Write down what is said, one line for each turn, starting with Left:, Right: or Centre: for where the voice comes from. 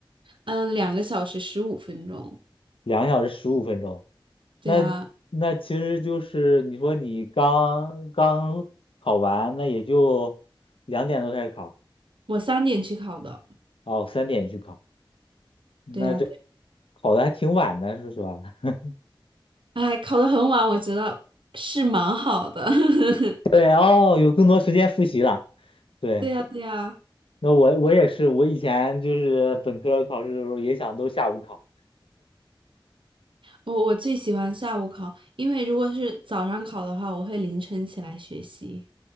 Right: 嗯，两个小时十五分钟。
Left: 两个小时十五分钟。
Right: 对呀，
Left: 那那其实就是你说你刚刚考完，那也就两点多开始考，
Right: 我三点去考的。
Left: 哦，三点去考，那这
Right: 对呀，对，
Left: 考的还挺晚的，说实话。<laughs>
Right: 哎，考的很晚，我觉得是蛮好的。<laughs>
Left: 对哦，有更多时间复习了。对，
Right: 对呀，对呀，
Left: 那我我也是，我以前就是本科考试的时候也想都下午考，
Right: 我我最喜欢下午考，因为如果是早上考的话，我会凌晨起来学习。